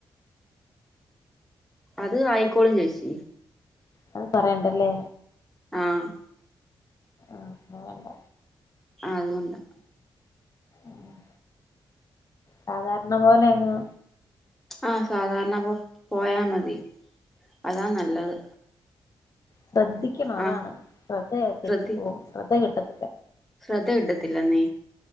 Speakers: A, in the centre; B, on the left.
A: അത് ആയിക്കോളും ചേച്ചി
B: അത് പറയണ്ടല്ലേ
A: ആഹ്
B: ആഹ് വേണ്ട
A: അതുകൊണ്ടാ
B: ആഹ് സാധാർണ പോലെങ്ങ്
A: ആഹ് സാധാരണ പോ പോയാ മതി തി അതാ നല്ലത്
B: ശ്രദ്ധിക്കണം അതാണ്
A: ആഹ്
B: ശ്രദ്ധ തെറ്റിപ്പോവും
A: ശ്രദ്ധി
B: ശ്രദ്ധ കിട്ടത്തി
A: ശ്രദ്ധ കിട്ടത്തില്ലന്നെ